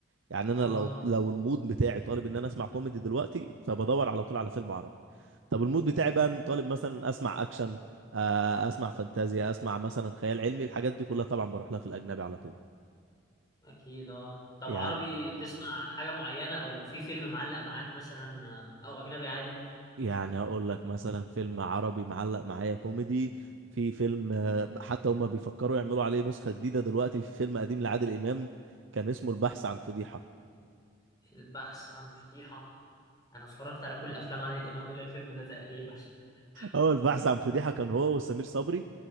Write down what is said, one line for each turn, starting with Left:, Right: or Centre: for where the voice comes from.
Right: يعني انا
Left: اه
Right: لو لو المود بتاعي طالب ان انا اسمع كوميدي دلوقتي فبدور على طول على فيلم عربي طب المود بتاعي بقى طالب مثلا اسمع اكشن آه، اسمع فانتازيا اسمع مثلا خيال علمي الحاجات دي كلها طبعا بروح لها في الاجنبي على طول
Left: اكيد اه طب
Right: يعني
Left: عربي تسمع حاجة معينة او في فيلم معلق معاك مثلا آه، او اجنبي عادي
Right: يعني اقول لك مثلا فيلم عربي معلق معايا كوميدي في فيلم آه، حتى هما بيفكروا يعملوا عليه نسخة جديدة دلوقتي في فيلم قديم لعادل إمام كان اسمه البحث عن فضيحة
Left: البحث عن فضيحة انا اتفرجت على كل افلام عادل امام الا الفيلم ده تقريبا <laughs>
Right: هو البحث عن فضيحة كان هو وسمير صبري